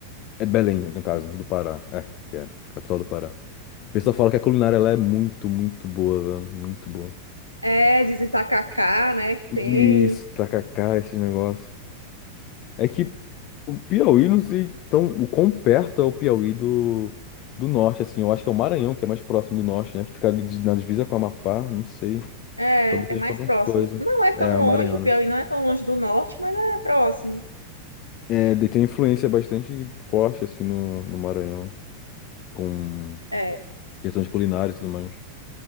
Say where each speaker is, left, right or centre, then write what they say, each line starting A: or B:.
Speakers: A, on the left (about 40°); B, on the left (about 85°).
A: É Belém, no caso, do Pará. É, que é, capital do Pará. O pessoal fala que a culinária lá é muito, muito boa, velho. Muito boa.
B: É, diz Itacacá, né, que
A: Isso,
B: tem.
A: tacacá, esse negócio. É que o Piauí não sei tão, o quão perto é o Piauí do, do norte, assim. Eu acho que é o Maranhão, que é mais próximo do norte, né? Que fica ali de- na divisa com o Amapá, não sei.
B: É,
A: Talvez seja
B: é mais
A: alguma
B: próximo.
A: coisa.
B: Não é
A: É,
B: tão
A: o
B: longe,
A: Maranhão,
B: o
A: né?
B: Piauí não é tão longe do norte, mas é próximo.
A: É, daí tem uma influência bastante forte, assim, no, no Maranhão, com
B: É,
A: questões culinárias e tudo mais.